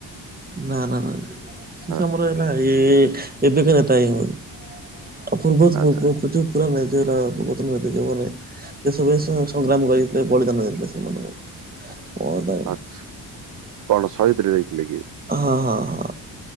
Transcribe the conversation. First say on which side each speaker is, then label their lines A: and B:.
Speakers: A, on the right; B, on the right.
A: ନା ନା ନା। ସିଷ
B: ହଁ
A: ଆମର ହେଲା ଏଇ ଏବେକା ନେତା ହି ହୁଅନି। ଆଉ ପୂର୍ବତ
B: ଆଚ୍ଛା
A: ପୂର୍ବ ଯୋଉ ପୁରା ମେଜେଇଲା ପୂର୍ବତନ ନିଦେଜ ହବନାହିଁ, ଦେଶ ବିଦେଶ ସଂଗ୍ରାମ କରିଥିଲେ ବଳିଦାନ ଦେଇଥିଲେ ସେମାନ ଓଦା
B: ଆଛା କଣ ସହିଦ୍ ରେ ନେଇଥିଲେ କି?
A: ହଁ ହଁ ହଁ